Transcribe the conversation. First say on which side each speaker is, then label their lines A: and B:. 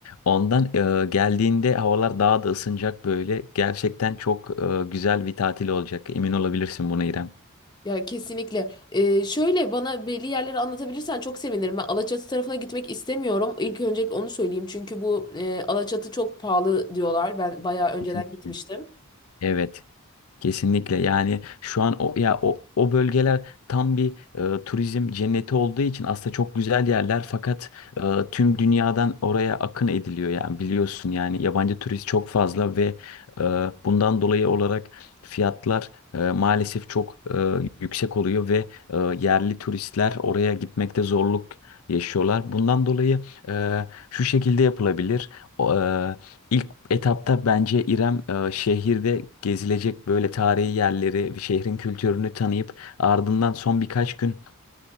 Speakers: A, on the left; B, on the left.
A: Ondan e, geldiğinde havalar daha da ısınacak böyle. Gerçekten çok e, güzel bir tatil olacak. Emin olabilirsin buna İrem.
B: Ya kesinlikle. E, şöyle bana belli yerleri anlatabilirsen çok sevinirim. Ben Alaçatı tarafına gitmek istemiyorum. İlk önce onu söyleyeyim. Çünkü bu e, Alaçatı çok pahalı diyorlar. Ben bayağı önceden
A: Kesinlikle.
B: gitmiştim.
A: Evet, kesinlikle. Yani şu an o ya o, o bölgeler tam bir e, turizm cenneti olduğu için aslında çok güzel yerler fakat e, tüm dünyadan oraya akın ediliyor yani biliyorsun yani yabancı turist çok fazla ve e, bundan dolayı olarak fiyatlar e, maalesef çok e, yüksek oluyor ve e, yerli turistler oraya gitmekte zorluk yaşıyorlar. Bundan dolayı e, şu şekilde yapılabilir. O, e, ilk etapta bence İrem e, şehirde gezilecek böyle tarihi yerleri ve şehrin kültürünü tanıyıp ardından son birkaç günlük